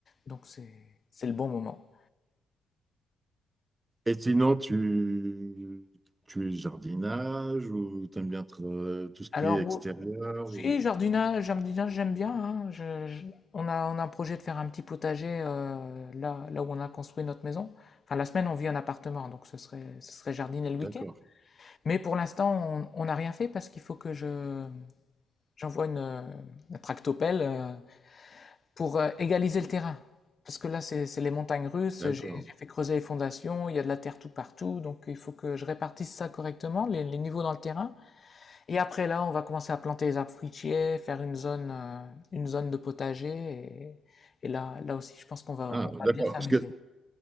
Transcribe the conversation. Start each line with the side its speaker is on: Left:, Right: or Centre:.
Left: Donc c'est c'est le bon moment.
Right: Et sinon, tu, tu es jardinage ou t'aimes bien être, euh, tout ce qui
Left: Alors,
Right: est extérieur
Left: ou- ou- si,
Right: ou...
Left: jardinage, jardinage, j'aime bien. hein. Je- je- on a, on a un projet de faire un petit potager euh, là, là où on a construit notre maison. Enfin, la semaine, on vit en appartement, donc ce serait, ce serait jardiner le week-end.
Right: D'accord,
Left: Mais pour l'instant, on on n'a rien fait parce qu'il faut que je, j'envoie une, euh, une tractopelle euh, pour euh, égaliser le terrain. Parce que là, c'est, c'est les montagnes russes,
Right: d'accord.
Left: j'ai j'ai fait creuser les fondations, il y a de la terre tout partout, donc il faut que je répartisse ça correctement, les les niveaux dans le terrain. Et après là, on va commencer à planter les arbres fruitiers, faire une zone, euh, une zone de potager. Et, et là, là aussi, je pense qu'on va,
Right: Ah,
Left: on va
Right: d'accord.
Left: bien s'amuser.
Right: Parce que